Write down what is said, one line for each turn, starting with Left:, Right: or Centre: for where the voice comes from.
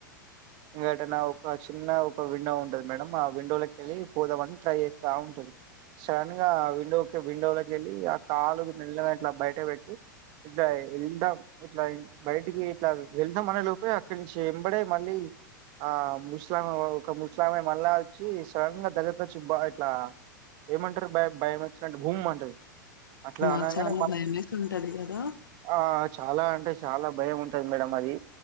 Right: ఇగ ఎటన్నా ఒక చిన్న ఒక విండో ఉంటది మేడం ఆ విండోలకల్లీ పోదం అని ట్రై చేస్తా వుంటది సడన్ గా విండోకే విండోలకెళ్ళి ఆ కాలు ని ఇట్ల మెల్లగా బయటపెట్టి ఇట్ల వెళ్దాం ఇట్లా బయటికి ఇట్లావెళ్దాం అనే లోపే అక్కడి నుంచి వెంబడే మల్లి ఆ ముసలిమా ఒక ముసలామా మళ్ళా వచ్చి సడన్ గా దగ్గర్కోచ్చి బా ఇట్లా ఏమంటరు బయ భయం వచ్చినప్పుడు భుమ్ అంటది. అట్లా
Left: మాకు
Right: అనంగానే
Left: చాలా భయమేసి ఉంటది కదా
Right: ఆ చాలా అంటే చాలా భయం ఉంటది మేడం అది